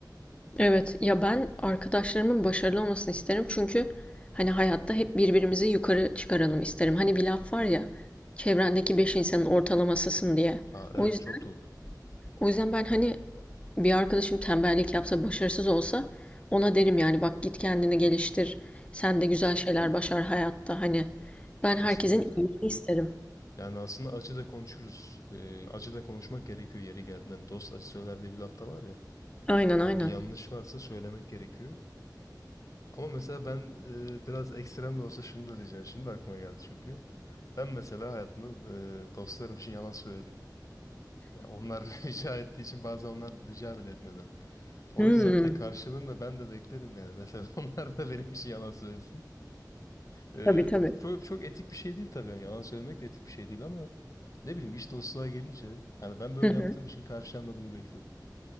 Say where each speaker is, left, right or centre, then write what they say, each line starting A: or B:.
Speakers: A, on the left; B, on the left.
A: Evet ya ben arkadaşlarımın başarılı olmasını isterim çünkü hani hayatta hep birbirimizi yukarı çıkaralım isterim. Hani bir laf var
B: Hı hı.
A: ya çevrendeki beş insanın ortalamasısın diye.
B: Aa,
A: O
B: evet
A: yüzden
B: çok doğru.
A: o yüzden ben hani Bir arkadaşım tembellik yapsa, başarısız olsa ona derim yani bak git kendini geliştir. Sen
B: Hı hı.
A: de güzel şeyler başar hayatta hani. Ben
B: Kesinlikle.
A: herkesin iyiliğini isterim.
B: Yani aslında acı da konuşuruz. Ee, acı da konuşmak gerekiyor yeri geldiğinden. Dost acı söyler diye bir lafta var ya.
A: Aynen
B: Hani
A: aynen.
B: bir yanlış varsa söylemek gerekiyor. Ama mesela ben e, biraz ekstrem de olsa şunu da diyeceğim. Şimdi aklıma geldi çünkü. Ben mesela hayatımda e, dostlarım için yalan söyledim. Ya onlar <laughs> rica ettiği için bazen onlar rica bile etmeden. O
A: Hmm,
B: yüzden de karşılığında ben de beklerim yani. Mesela <laughs> onlar da benim için yalan söylesin. Ee,
A: tabii tabii.
B: çok, çok etik bir şey değil tabii. Yani yalan söylemek de etik bir şey değil ama ne bileyim iş dostluğa gelince hani ben böyle
A: Hı hı.
B: yaptığım için karşıdan da bunu bekliyorum.